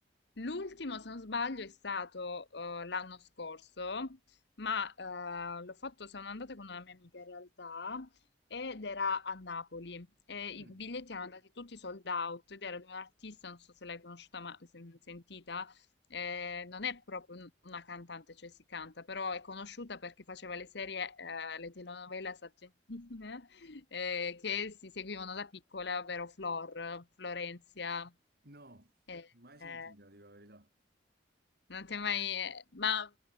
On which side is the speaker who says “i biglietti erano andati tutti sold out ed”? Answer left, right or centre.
Left